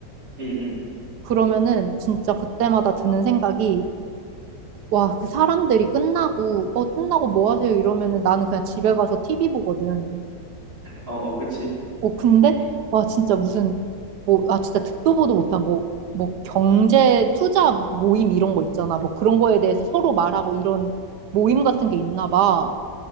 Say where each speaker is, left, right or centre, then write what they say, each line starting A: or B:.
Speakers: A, on the right; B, on the right.
A: 음, 음,
B: 그러면은 진짜 그때마다 드는 생각이 와, 그 사람들이 끝나고 어 끝나고 뭐 하세요? 이러면은 나는 그냥 집에 가서 TV 보거든.
A: 어, 어, 그치?
B: 어 근데 와 진짜 무슨 뭐 아 진짜 듣도 보도 못한 뭐 뭐 경제 투자 모임 이런 거 있잖아. 뭐 그런 거에 대해서 서로 말하고 이런 모임 같은 게 있나 봐.